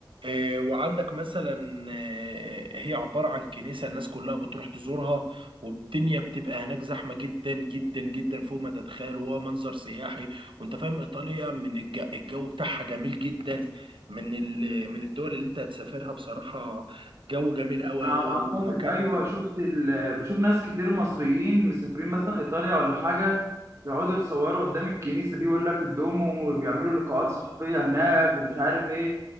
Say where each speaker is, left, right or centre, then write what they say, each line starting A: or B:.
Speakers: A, on the right; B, on the right.
A: آه، وعندك مثلا آه، هي عباره عن كنيسه الناس كلها بتروح تزورها والدنيا بتبقى هناك زحمه جدا جدا جدا فوق ما تتخيل وهو منظر سياحي وانت فاهم ايطاليا من الج- الجو بتاعها جميل جدا من ال- من الدول اللي انت هتسافرها بصراحة جو جميل قوي
B: انا
A: قوي
B: على ما
A: او
B: اعتقد
A: مكان
B: ايوه شفت ال... بشوف ناس كتير مصريين مسافرين مثلا ايطاليا ولا حاجه يقعدوا يتصوروا قدام الكنيسه دي ويقول لك الدومو وبيعملوا لقاءات صحفيه هناك ومش عارف ايه